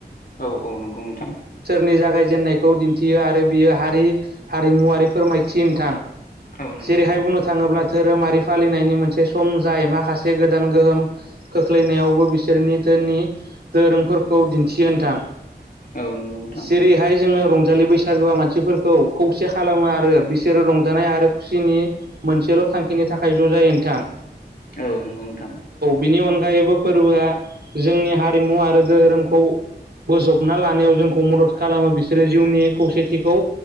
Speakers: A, on the left (about 55°); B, on the right (about 65°).
A: औ औ नंगौ नोंथां
B: नि जागायजेनन्नायखौ दिन्थियो आरो बियो हारि हारिमुवारि फोरमायथि नोंथां
A: औ नंगौ
B: जेरैहाय
A: नोंथां
B: बुंनो थाङोब्ला धोरोमारि फालिनायनि मोनसे सम जाय माखासे गोदान गोहोम खोख्लैनायावबो बिसोरनि धोननि दोरोंफोरखौ दिन्थियो नोंथां
A: औ नंगौ नोंथां
B: जेरैहाय जोङो रंजालि बैसागुआ मानसि फोरखौ खौसे खालामो आरो बिसोरो रंजानाय आरो खुसिनि मोनसेल' थांखिनि थाखाय ज' जायो नोथां
A: औ नंगौ नोंथां
B: बिनि अनगायैबो फोरबोआ जोंनि हारिमु आरो धोरोमखौ बोजबना लानायाव जोंखौ मदद खालामो बिसोरो जिउनि खौसेथिखौ